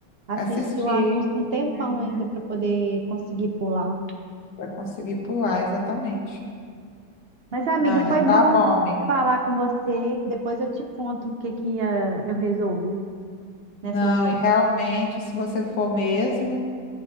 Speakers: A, on the right; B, on the left.
A: Assisti
B: Assistir
A: o anúncio um tempão
B: Uhum.
A: ainda para poder conseguir pular.
B: para conseguir pular, exatamente.
A: Mas, amiga,
B: Não, então
A: foi
B: tá
A: bom
B: bom, amiga.
A: falar com você. Depois eu te conto o que que ah, eu resolvi nessas
B: Não,
A: loucuras.
B: e realmente, se você for mesmo,